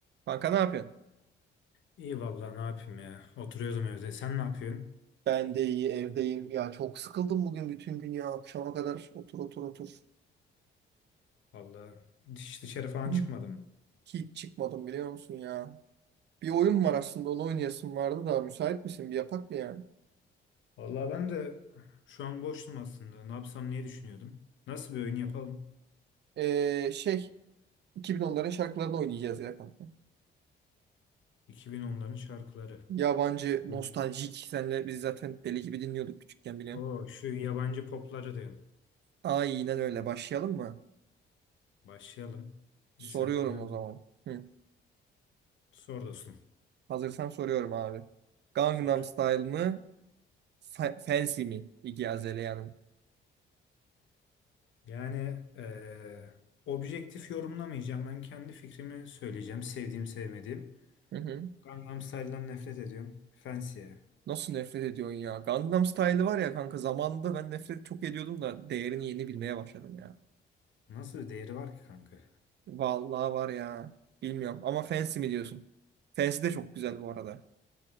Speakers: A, on the right; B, on the left.
A: Kanka ne yapıyorsun?
B: İyi vallahi ne yapayım ya. Oturuyordum evde. Sen ne yapıyorsun?
A: Ben de iyi evdeyim. Ya çok sıkıldım bugün bütün gün ya. Akşama kadar otur otur otur.
B: Vallahi hiç dışarı falan
A: <clears throat>
B: çıkmadım.
A: Hiç çıkmadım biliyor musun ya. Bir oyun var aslında onu oynayasım vardı da müsait misin? Bir yapak mı yani?
B: Vallahi ben de şu an boştum aslında. Ne yapsam niye düşünüyordum. Nasıl bir oyun yapalım?
A: Ee, şey 2010'ların şarkılarını oynayacağız ya kanka.
B: iki bin onların şarkıları.
A: Yabancı,
B: <laughs>
A: nostaljik. Senle biz zaten deli gibi dinliyorduk küçükken biliyorum.
B: O şu yabancı popları diyorsun.
A: Aynen öyle. Başlayalım mı?
B: Başlayalım.
A: Soruyorum
B: Bir saniye ben.
A: o zaman. Hı.
B: Sor dostum.
A: Hazırsan soruyorum abi. Gangnam
B: Sor.
A: Style mı? Fa- Fancy mi? İggy Azalea'nın.
B: Yani eee, objektif yorumlamayacağım. Ben kendi fikrimi söyleyeceğim. Sevdiğim sevmediğim.
A: Hı hı.
B: Gangnam Style'dan nefret ediyorum. Fancy'ye.
A: Nasıl nefret ediyorsun ya? Gangnam Style var ya kanka zamanında ben nefret çok ediyordum da değerini yeni bilmeye başladım ya.
B: Nasıl bir değeri var ki kanka?
A: Vallahi var ya. Bilmiyorum ama Fancy mi diyorsun? Fancy de çok güzel bu arada.